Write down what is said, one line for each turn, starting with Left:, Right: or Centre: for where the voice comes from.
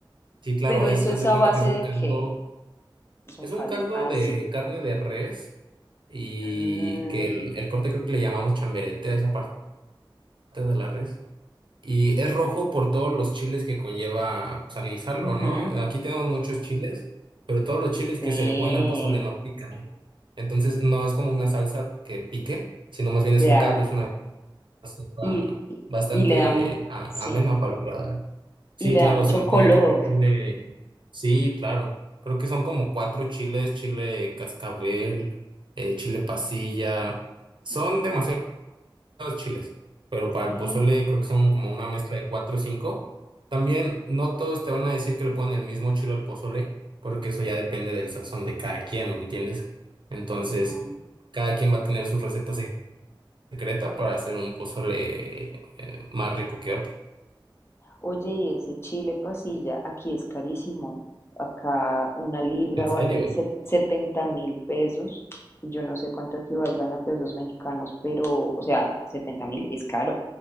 Right: sí, claro,
Left: Pero eso
Right: es, haz
Left: es
Right: de
Left: a
Right: cuenta
Left: base
Right: que es un
Left: de
Right: caldo,
Left: qué? Es un
Right: es
Left: caldo.
Right: un caldo
Left: Ah,
Right: de
Left: sí.
Right: carne de res y
Left: Mm,
Right: que el, el corte creo que le llamamos chamberete a esa parte de la res. Y es rojo por todos los chiles que conlleva pues, al guisarlo,
Left: ujú,
Right: ¿no? Aquí tenemos muchos chiles, pero todos los chiles
Left: Sí,
Right: que se le ponen al pozole no pican. Entonces no es como una salsa que pique, sino más bien es
Left: ya.
Right: un caldo, es una sopa
Left: y, y-
Right: bastante
Left: y le da mu-
Right: a-
Left: sí,
Right: amena para el paladar. Sí,
Left: y le
Right: claro,
Left: da mucho
Right: se le pone
Left: color.
Right: creo que chile, sí, claro, creo que son como cuatro chiles, chile cascabel, eh, chile pasilla, son
Left: Ujú,
Right: demasiados chiles, pero para
Left: Sí.
Right: el pozole creo que son como una mezcla de cuatro o cinco. También no todos te van a decir que le ponen el mismo chile al pozole, porque eso ya depende del sazón de cada quien, ¿me entiendes? Entonces,
Left: ujú.
Right: cada quien va a tener sus recetas secreta para hacer un pozole eh, más rico que otro.
Left: Oye, y ese chile pasilla, aquí es carísimo. Acá una libra
Right: ¿En serio?
Left: vale se- setenta mil pesos. y Yo no sé cuánto equivalgan a pesos mexicanos, pero, o sea, setenta mil es caro,